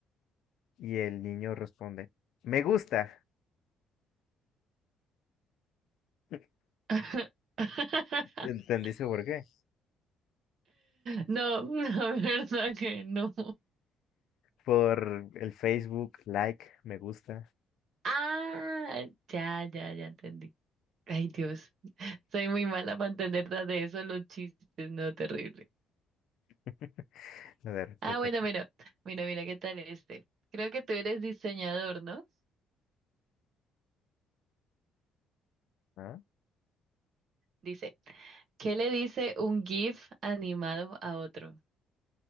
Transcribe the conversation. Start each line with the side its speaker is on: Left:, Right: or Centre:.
Left: Y el niño responde, me gusta. <laughs>
Right: <laughs>
Left: ¿Entendiste por qué?
Right: No, la verdad que no.
Left: Por el Facebook, like, me gusta.
Right: Ah, ya, ya, ya entendí. Ay, Dios, soy muy mala para entender nada de eso, los chistes, no, terrible.
Left: <laughs> A ver,
Right: Ah,
Left: te toca.
Right: bueno, mira, mira, mira, ¿qué tal este? Creo que tú eres diseñador, ¿no?
Left: Ah,
Right: Dice, ¿qué le dice un GIF animado a otro?